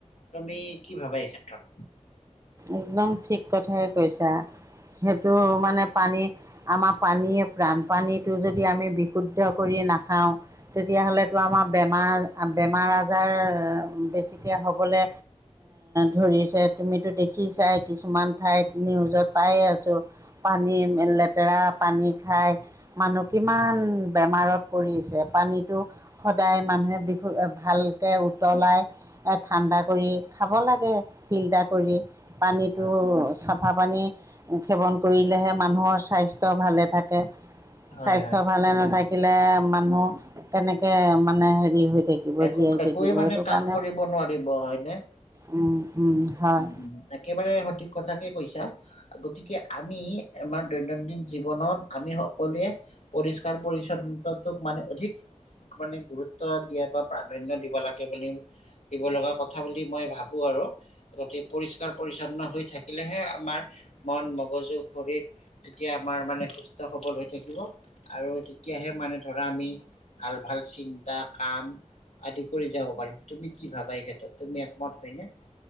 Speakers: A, on the left; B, on the right.
A: তুমি কি ভাবা এই ক্ষেত্ৰত?
B: একদম ঠিক কথাই কৈছা। সেইটো মানে পানী আমাৰ পানীয়ে প্ৰাণ পানীটো যদি আমি বিশুদ্ধ কৰি নাখাওঁ, তেতিয়াহলেতো আমাৰ বেমাৰ বেমাৰ আজাৰ বেছিকে হবলে ধৰিছে তুমিতো দেখিছাই কিছুমান ঠাইত নিউজত পায়ে আছোঁ। পানী লেতেৰা পানী খাই মানুহ কিমান বেমাৰত পৰিছে, পানীটো সদায় মানুহে বিষো ভালকে উতলাই এ ঠাণ্ডা কৰি খাব লাগে ফিল্টাৰ কৰি পানীতটো
A: হয়
B: চা ফা পানী সেৱন কৰিলেহে মানুহৰ স্বাস্থ্য ভালে থাকে।
A: হয়
B: স্বাস্থ্য
A: হয়
B: ভালে নাথাকিলে মানুহ কেনেকে মানে হেৰি হৈ থাকিব।
A: একো
B: জীয়াই
A: একোৱে
B: থাকিব
A: মানে
B: সেইটো কাৰণে
A: কাম কৰিব নোৱাৰিব হয়নে।
B: উম উম। হয়
A: উম উম একেবাৰে সঠিক কথাকে কৈছা। গতিকে আমি আমাৰ দৈনন্দিন জীৱনত আমি সকলোৱে পৰিষ্কাৰ পৰিচ্ছন্নতাটোক মানে অধিক মানে গুৰুত্ব দিয়া বা প্ৰাধান্য দিব লাগে বুলি দিব লগা কথা বুলি মই ভাবো আৰু। অতি পৰিষ্কাৰ পৰিচ্ছন্ন হৈ থাকিলেহে আমাৰ মন, মগজু, শৰীৰ, তেতিয়া আমাৰ মানে সুস্থ সবল হৈ থাকিব আৰু তেতিয়াহে মানে ধৰা আমি ভাল ভাল চিন্তা কাম আদি কৰি যাব পাৰিম। তুমি কি ভাবা এই ক্ষেত্ৰত তুমি একমত হয়নে?